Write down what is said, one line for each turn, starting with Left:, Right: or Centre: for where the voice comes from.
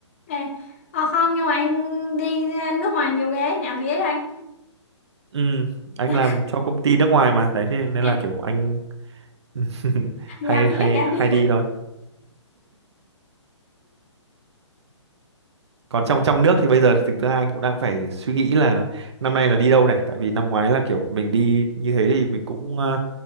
Left: ê ờ không nhưng mà anh đi ờ, nước ngoài nhiều ghê nhà vía đó anh
Right: Ừ, anh
Left: <laughs> nhà,
Right: làm cho công ty nước ngoài mà đấy thế nên
Left: nhà,
Right: là kiểu anh <laughs>
Left: nhà
Right: hay
Left: vía
Right: hay
Left: nhà
Right: hay
Left: vía
Right: đi thôi còn trong trong nước thì bây giờ thực ra anh cũng đang phải suy nghĩ là năm nay là đi đâu này tại vì năm ngoái là kiểu mình đi như thế thì mình cũng ờ,